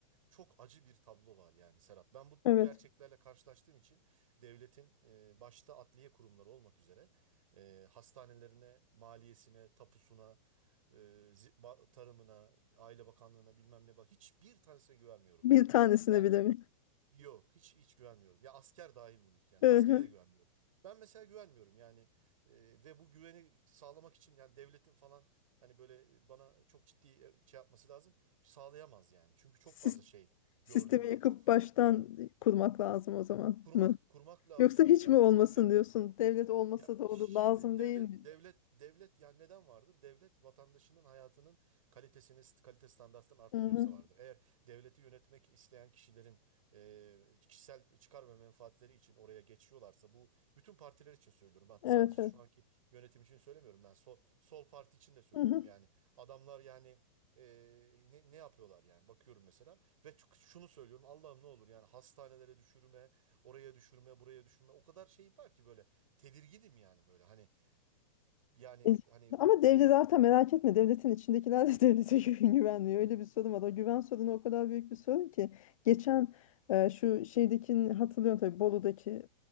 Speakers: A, on the right; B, on the left.
A: Çok acı bir tablo var yani Serap. Ben bu,
B: Evet.
A: bu gerçeklerle karşılaştığım için devletin e, başta adliye kurumları olmak üzere e, hastanelerine, maliyesine, tapusuna, e, zi- ba- tarımına, Aile Bakanlığına bilmem ne bak hiçbir tanesine güvenmiyorum
B: Bir
A: yani.
B: tanesine
A: Ya
B: bile mi?
A: yok hiç hiç güvenmiyorum. Ya asker dahil bunun için yani
B: Hı
A: askere
B: hı.
A: de güvenmiyorum. Ben mesela güvenmiyorum yani e, ve bu güveni sağlamak için yani devletin falan hani böyle bana çok ciddi e, şey yapması lazım. Sağlayamaz yani. Çünkü çok
B: Sis-
A: fazla şey gördüm
B: Sistemi
A: ben.
B: yıkıp
A: Çok fazla.
B: baştan
A: Evet.
B: kurmak lazım o zaman
A: Kurmak
B: mı?
A: kurmak lazım.
B: Yoksa hiç
A: Ben
B: mi
A: bi-
B: olmasın
A: bilemiyorum.
B: diyorsun? Devlet olmasa
A: Ya
B: da
A: şimdi
B: olur lazım
A: devlet
B: değil mi?
A: devlet devlet yani neden vardır? Devlet vatandaşının hayatının kalitesini st- kalite standartlarını arttırıyorsa
B: Hı hı.
A: vardır. Eğer devleti yönetmek isteyen kişilerin e, kişisel çıkar ve menfaatleri için oraya geçiyorlarsa bu bütün partiler için söylüyorum. Ben
B: Evet
A: sadece
B: evet.
A: şu anki yönetim için söylemiyorum ben. Sol, sol parti için de söylüyorum.
B: Hı hı.
A: Yani adamlar yani ee, ne, ne yapıyorlar yani bakıyorum mesela ve ç- şunu söylüyorum Allah'ım ne olur yani hastanelere düşürme oraya düşürme buraya düşürme o kadar şey var ki böyle tedirginim yani böyle hani yani
B: E,
A: hani
B: Ama
A: bu,
B: devlet
A: bu
B: zaten merak etme devletin içindekiler de <laughs> devlete güven- güvenmiyor. Öyle bir sorun var. O güven sorunu o kadar büyük bir sorun ki. Geçen e, şu şeydekini hatırlıyorum tabii Bolu'daki